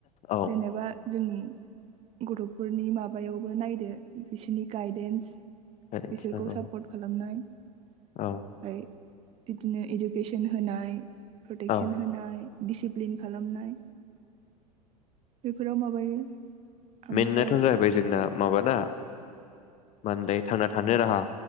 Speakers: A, on the left; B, on the right.
A: औ
B: जेनेबा जोंनि गथ'फोरनि माबायावबो नायदो बिसोरनि गायदेन्स
A: पेरेन्टस
B: बिसोरखौ
A: नांगौ
B: सापर्ट खालामनाय मफ्राय
A: औ
B: बिदिनो इडुकेसन होनाय प्रटेकसन
A: औ
B: होनाय डिसिप्लिन खालामनाय बे बेाव माबायो ओमफाय
A: मेनाथ' जाहैबाय जोंना माबाना मा होनदाय थांना थानो राहा